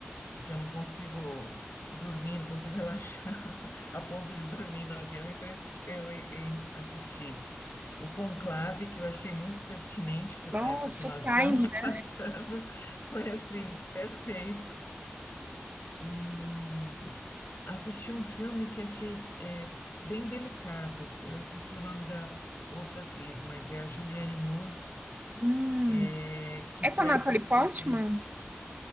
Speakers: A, on the left (about 65°); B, on the right (about 40°).
A: porque eu não consigo dormir, não consigo <laughs> relaxar a ponto de dormir no avião, então es- eu e- e assisti o Conclave, que eu achei muito pertinente pela
B: Nossa,
A: época que nós
B: o Tiny,
A: estamos <laughs> passando,
B: né?
A: foi assim, perfeito. e assisti um filme que achei é, bem delicado. Eu esqueci o nome da outra atriz, mas é a Julianne Moore,
B: Hum.
A: é, que
B: É
A: trata
B: com a Natalie
A: sobre.
B: Portman?